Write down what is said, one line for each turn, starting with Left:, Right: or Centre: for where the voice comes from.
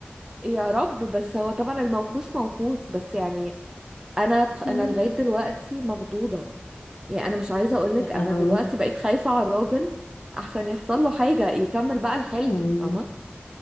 Right: يا رب بس هو طبعا الموقوس موقوس بس يعني انا ت- انا
Left: مم.
Right: لغايه دلوقتي مخضوضه يعني انا مش عايزه اقولك
Left: لا آه.
Right: انا دلوقتي بقيت خايفه على الراجل احسن يحصل له حاجه يكمل بقى الحلم
Left: آه.
Right: فاهمه